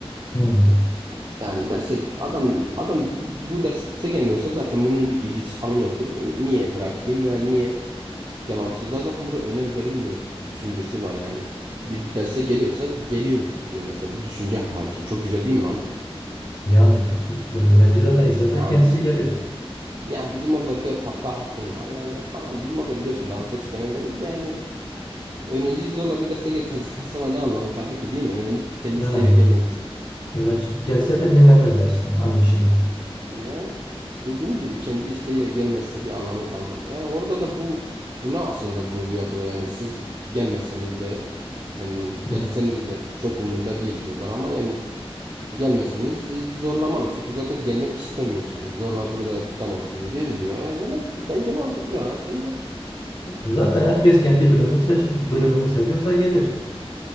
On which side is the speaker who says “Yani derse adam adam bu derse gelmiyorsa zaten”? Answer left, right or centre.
Right